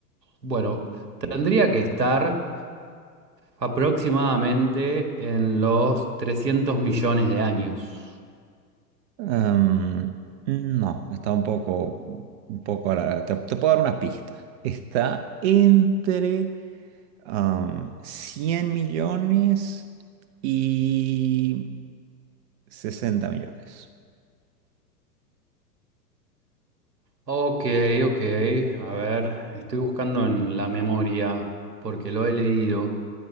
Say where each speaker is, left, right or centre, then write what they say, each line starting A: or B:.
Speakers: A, on the right (about 85°); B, on the right (about 45°).
A: Bueno, tendría que estar aproximadamente en los 300 millones de años.
B: Em, no, está un poco, un poco a la- te, te puedo dar una pista. Está entre am, 100 millones y 60 millones.
A: Ok, ok. A ver, estoy buscando en la memoria porque lo he leído.